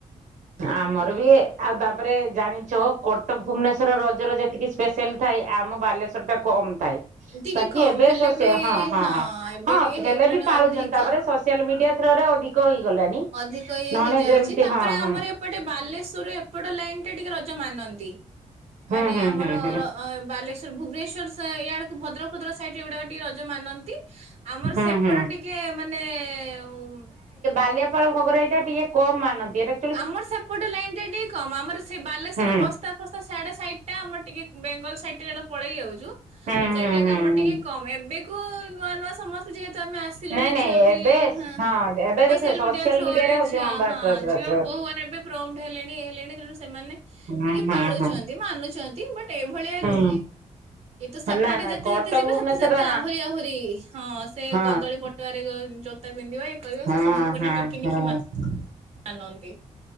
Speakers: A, on the right; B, on the right.
A: ଆମର ବି ଆଉ ତାପରେ ଜାଣିଛ କ କଟକ, ଭୁବନେଶ୍ଵର ରଜର ଯେତିକି ସ୍ପେଶାଲ୍‌ ଥାଏ ଆମ ବାଲେଶ୍ୱର ଟା କମ୍ ଥାଏ
B: ଟିକେ
A: ବାକି
B: କମ
A: ଏବେ
B: ହେଲେ
A: ସୋସିଆଲ୍
B: ବି
A: ହଁ, ହଁ, ହ,
B: ଏବେ
A: ହଁ
B: ଟିକେ ହେଇଗଲାଣି
A: ହେଲେ ବି ପାଳୁଛନ୍ତି
B: ଅଧିକ।
A: ତାପରେ ସୋସିଆଲ୍ ମିଡ଼ିଆ ଥ୍ରୋରେ ଅଧିକ ଧିକ ହୋଇଗଲଣିି
B: ଅଧିକ ଇଏ
A: ନହେଲେ
B: ହେଇଯାଉଛି
A: ଯେମତି
B: ତାପରେ
A: ହଁ ହଁ
B: ଆମର ଏପଟେ ବାଲେଶ୍ୱର ଏପଟ ଲାଇନ୍ଟା ଟିକେ ରଜ ମାନନ୍ତି ମାନେ
A: ହୁଁ ହୁଁ
B: ଆମର
A: ହୁଁ ହୁଁ
B: ରଜ ହଁ ବାଲେଶ୍ୱର, ଭୁବନେଶ୍ୱର ଇଆଡ଼କୁ ଭଦ୍ରକ ଫଦ୍ରକ ସାଇଡ଼ ଏଗୁଡ଼ାକୁ ଟିକେ ରଜ ମାନନ୍ତି ଆମର
A: ହୁଁ
B: ସେପଟ
A: ହୁଁ
B: ଟିକେ ମାନେ ଆଉ
A: ପାଲିଆପାଳଙ୍କର ଏଇଟା ଟିକେ କମ୍ ମାନନ୍ତି ଏଇଟା ଖାଲି
B: ଆମର ସେପଟେ ଲାଇନ୍‌ ଟା ଟିକେ କମ୍ ଆମର ସେଇ ବାଲେଶ୍ୱର
A: ହୁଁ
B: ବସ- ରାସ୍ତା ଫାସ୍ତା ସାଢେ ସାଇଟା ଆମର ଟିକେ ବେଙ୍ଗଲ ସାଇଟଟା ରେ ପଳେଇ ଆଉଚୁ
A: ହୁଁ
B: ସେଇଟା
A: ହୁଁ ହୁଁ
B: ଆମର
A: ହୁଁ
B: ଟିକେ କମ୍ଏବେକୁ ନୂଆ ନୂଆ ସମସ୍ତେ ଯେହେତୁ ଆମେ ଆସ ଆସିଲୁଣି
A: ନାଇଁ ନାଇଁ
B: ଝିଅ ବି
A: ଏବେ
B: ହାଁ
A: ହଁ ଏବେ
B: ସୋସିଲ୍‌
A: ଦେଖ ସୋସିଆଲ
B: ମିଡିଆ ଥ୍ରୁରେ
A: ମିଡିଆରେ ହଉଛି
B: ଝିଅ
A: ବାସ୍
B: ହଁ
A: ବାସ୍ ବାସ୍ ହୁଁ
B: ପୁଅମାନେ ଏବେ ପ୍ରମଟ୍ ହେଲେଣି ହେଇଲେଣି ତେଣୁ ସେମାନେ
A: ହୁଁ
B: ଟିକେ ପାଳୁଛନ୍ତି
A: ହୁଁ
B: ମାନୁଛନ୍ତି ବା ଟ୍ ଏଭଳିଆ ନୁହେଁ
A: ହୁଁ
B: କିନ୍ତୁ ସେପଟେ
A: ନା ନା
B: ଯେତେ
A: କଟକ
B: ଯେତେ ଯିବେ
A: ଭୁବନେଶ୍ଵର
B: ସେତେ ସେତେ ଆହୁରି ଆହୁରି ହଁ ସେ
A: ହଁ
B: କଦଳୀ ପଟୁଆରେ ଜୋତା ପିନ୍ଧିବ ଇଏ କରିବ
A: ହଁ
B: ସେ ସବୁ ମାନେ
A: ହଁ
B: ଟିଖି ନିଖି ମା
A: ହଁ
B: ମାନନ୍ତି